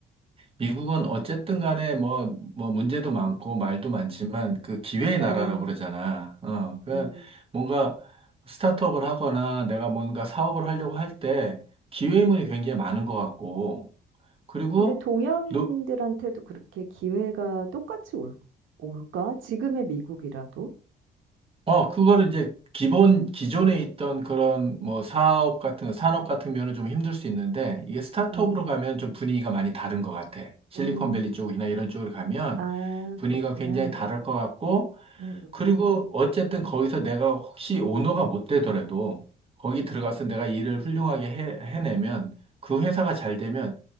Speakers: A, on the right; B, on the right.
A: 미국은 어쨌든 간에 뭐 뭐 문제도 많고 말도 많지만 그 기회의
B: 그래.
A: 나라라고 그러잖아. 어, 그
B: 음.
A: 뭔가 스타트업을 하거나 내가 뭔가 사업을 하려고 할 때 기회문이 굉장히 많은 것 같고 그리고
B: 근데 동양인들한테도
A: 노-
B: 그렇게 기회가 똑같이 올, 올까? 지금의 미국이라도?
A: 어, 그거를 이제 기본, 기존에 있던 그런 뭐 사업 같은, 산업 같은 면은 좀 힘들 수 있는데, 이게 스타트업으로
B: 음,
A: 가면 좀 분위기가 많이 다른 것 같아. 실리콘밸리
B: 음.
A: 쪽이나 이런 쪽으로 가면
B: 아,
A: 분위기가
B: 그렇구나.
A: 굉장히
B: 음,
A: 다를 것 같고,
B: 음,
A: 그리고 어쨌든 거기서 내가 혹시 오너가 못 되더라도, 거기
B: 음.
A: 들어가서 내가 일을 훌륭하게 해, 해내면, 그 회사가 잘 되면,